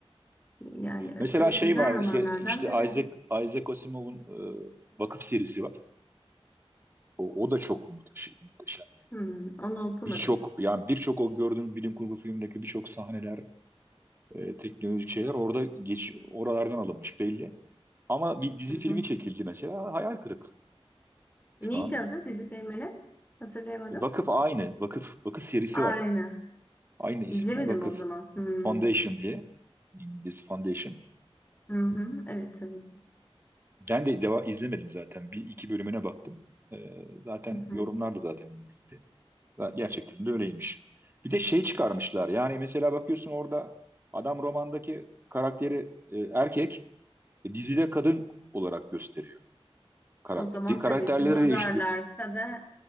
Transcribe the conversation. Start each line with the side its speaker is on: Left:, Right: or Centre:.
Left: yani
Right: mesela
Left: e,
Right: şey
Left: güzel
Right: var
Left: romanlardan
Right: işte işte
Left: biri.
Right: Isaac Isaac Asimov'un e, Vakıf serisi var. O, o da çok muhteşem. muhteşem.
Left: Hmm, onu okumadım.
Right: Birçok yani birçok o gördüğüm bilim kurgu filmindeki birçok sahneler, e, teknolojik şeyler orada geç oralardan alınmış belli. Ama bir dizi
Left: Hı hı.
Right: filmi çekildi mesela hayal kırıklığı. Şu
Left: Neydi
Right: an
Left: adı dizi filminin? Hatırlayamadım.
Right: Vakıf aynı. Vakıf Vakıf serisi
Left: Aynı.
Right: var. Aynı isimle
Left: İzlemedim
Right: Vakıf
Left: o zaman. Hmm.
Right: Foundation diye. İngiliz Foundation.
Left: Hı hı. Evet tabii ki.
Right: Ben de deva izlemedim zaten. Bir iki bölümüne baktım. E, zaten
Left: Hı hı.
Right: yorumlar da zaten iyiydi. Da- Gerçekten de öyleymiş. Bir de şey çıkarmışlar. Yani mesela bakıyorsun orada adam romandaki karakteri e, erkek, e, dizide kadın olarak gösteriyor karakter.
Left: O zaman
Right: Karakterleri
Left: tabii ki bozarlarsa
Right: değişti.
Left: da